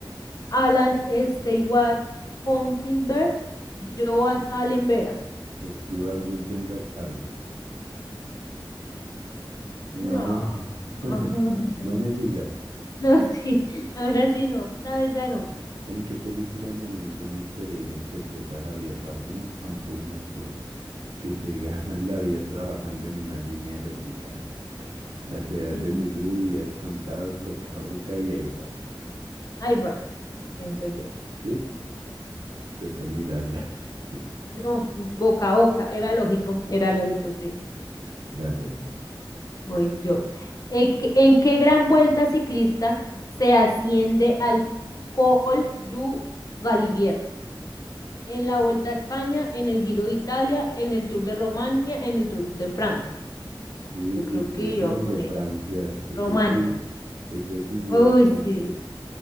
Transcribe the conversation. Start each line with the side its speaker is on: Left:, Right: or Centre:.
Left: Alan Stewart Konkinsberg, Joan Allen Vera.
Right: Stuart Guldengar Allen. No.
Left: No.
Right: <laughs>
Left: <laughs>
Right: No me sigas.
Left: No, sí. Ahora sí no. Esta vez ya no.
Right: ¿En qué película de Manuel Gómez Pereira interpreta a Javier Bardem, a un joven actor que se <laughs> gana la vida trabajando en una línea erótica? <laughs> Las edades
Left: Eh,
Right: de Lulú, días contados, boca a boca y airbag.
Left: Airbag, pienso yo.
Right: ¿Sí? Toca mirarla. <laughs>
Left: No, boca a boca. Era lógico. Era lógico, sí.
Right: Dale, dale.
Left: Voy yo. ¿En qué en qué gran vuelta ciclista se asciende al Col du Galibier? En la Vuelta a España, en el Giro de Italia, en el Tour de Romania, en el Tour de Francia.
Right: Uy,
Left: Yo creo que
Right: creo que
Left: yo
Right: en
Left: voy a
Right: el
Left: poner
Right: de Francia, ese
Left: Romania.
Right: du, ese du
Left: Uy,
Right: es francés.
Left: sí,